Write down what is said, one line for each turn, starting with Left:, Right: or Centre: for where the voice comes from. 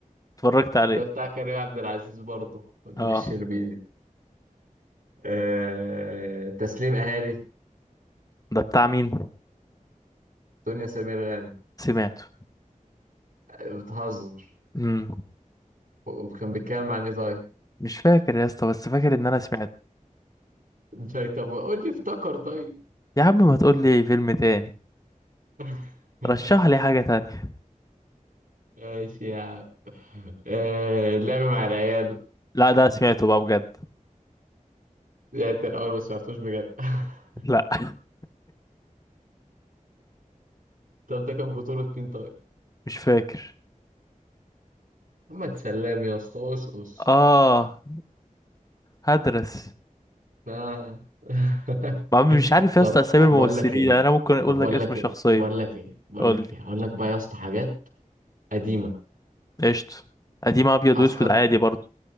Left: اتفرجت عليه
Right: ده بتاع كريم عبد العزيز برضه ودنيا
Left: اه
Right: الشربيني أه... تسليم أهالي
Left: ده بتاع مين
Right: دنيا سمير غانم
Left: سمعته
Right: آه، بتهزر
Left: امم
Right: وكان بيتكلم عن إيه طيب؟
Left: مش فاكر يا اسطى بس فاكر ان انا سمعته
Right: طيب طب قول لي افتكر طيب
Left: يا عم ما تقول لي فيلم تاني
Right: <laughs>
Left: رشح لي حاجة تانية
Right: ماشي يا عم آه، اللعب مع العيال
Left: لا ده سمعته بقى بجد
Right: لعبت الأول بس معرفتوش بجد <laughs>
Left: لا <laughs>
Right: طب ده كان بطولة مين طيب؟
Left: مش فاكر
Right: محمد سلام يا اسطى أوس
Left: اه هدرس
Right: آه. <laughs>
Left: ما عم- مش عارف يا
Right: طب
Left: اسطى اسامي
Right: بقول
Left: الممثلين
Right: لك ايه
Left: يعني انا ممكن اقول
Right: طب بقول
Left: لك اسم
Right: لك
Left: شخصية
Right: ايه بقول لك ايه بقول
Left: قول
Right: لك
Left: لي
Right: ايه اقول لك بقى يا اسطى حاجات قديمة
Left: قشطة قديم ابيض
Right: عسكر
Left: واسود عادي برضه